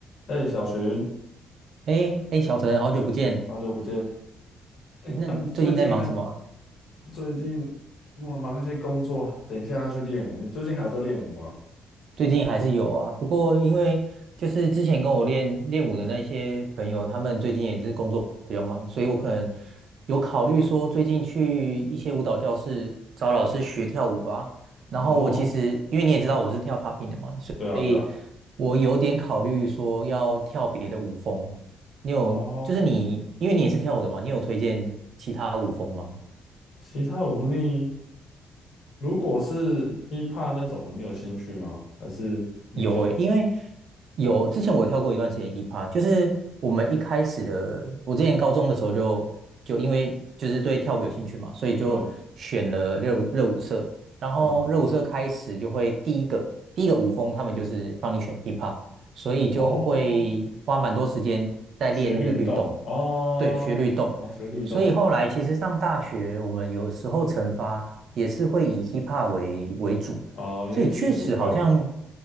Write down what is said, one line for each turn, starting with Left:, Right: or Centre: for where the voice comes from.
Left: 哎，小寻，
Right: 哎哎，小陈，好久不见。
Left: 好久不见。哎，
Right: 那你最近在忙什么啊
Left: 嗯，你最近还最近我忙一些工作，等一下要去练舞。你最近还有在练舞吗？
Right: 最近还是有啊，不过因为就是之前跟我练练舞的那些朋友，他们最近也是工作比较忙，所以我可能有考虑说最近去一些舞蹈教室找老师学跳舞吧。然后我其实因为你也知道我是跳
Left: 哦，
Right: popping 的嘛，所以
Left: 对啊，对啊，
Right: 我有点考虑说要跳别的舞风。你有就是你，
Left: 哦，
Right: 因为你也是跳舞的嘛，你有推荐其他舞风吗？
Left: 其他舞你如果是 hip hop 那种的你有兴趣吗？还是你比较
Right: 有诶，因为有之前我跳过一段时间 hip hop，就是我们一开始的，我之前高中的时候就就因为就是对跳舞有兴趣嘛，所以就选了热舞热舞社，
Left: 嗯
Right: 然后热舞社开始就会第一个第一个舞风，
Left: 嗯
Right: 他们就是帮你选 hip hop，所以就会花蛮多时间在练那个律动，
Left: 哦，学律动哦，
Right: 对，学律动，
Left: 然后学律动
Right: 所以后来其实上大学我们有时候惩罚也是会以 hip hop 为为主。
Left: 哦，
Right: 所以确实好像，
Left: 因为基础够。